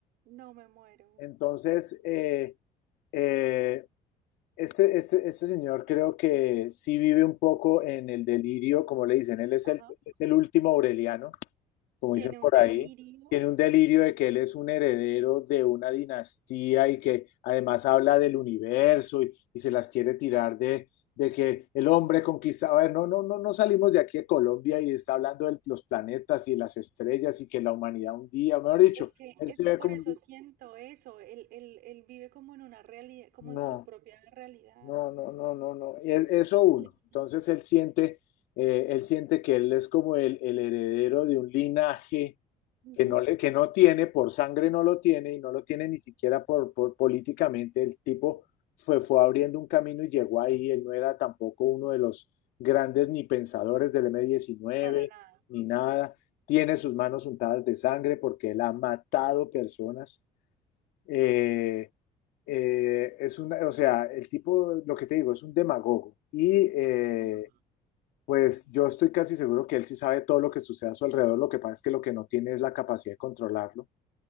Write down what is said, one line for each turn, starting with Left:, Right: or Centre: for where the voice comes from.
Right: No me muero.
Left: Entonces, eh, eh, este, este, este señor creo que sí vive un poco en el delirio, como le dicen, él es
Right: Ajá.
Left: el, es el último Aureliano, como
Right: Tiene
Left: dicen por
Right: un delirio.
Left: ahí, tiene un delirio de que él es un heredero de una dinastía y que además habla del universo y, y se las quiere tirar de, de que el hombre conquistaba. A ver, no, no, no, no salimos de aquí de Colombia y está hablando de los planetas y las estrellas y que la humanidad un día, mejor dicho,
Right: Es que,
Left: él
Right: es
Left: se
Right: que
Left: ve
Right: por
Left: como,
Right: eso
Left: un-
Right: siento eso, él, él, él vive como en una realidad, como
Left: no,
Right: en su propia realidad.
Left: no, no, no, no, no, E- eso uno.
Right: Mm,
Left: Entonces
Right: mm,
Left: él siente, eh, él siente que él es como el, el heredero de un linaje
Right: ujú,
Left: que no, le, que no tiene, por sangre no lo tiene y no lo tiene ni siquiera por, por políticamente. El tipo fue, fue abriendo un camino y llegó ahí. Él no era tampoco uno de los grandes ni pensadores del m diecinueve
Right: Para nada.
Left: ni nada. Tiene sus manos
Right: Mm,
Left: untadas de sangre porque él ha matado personas. Eh, eh, es una, o sea, el tipo, lo que te digo, es un demagogo. Y eh,
Right: ujú,
Left: pues yo estoy casi seguro que él sí sabe todo lo que sucede a su alrededor. Lo que pasa es que lo que no tiene es la capacidad de controlarlo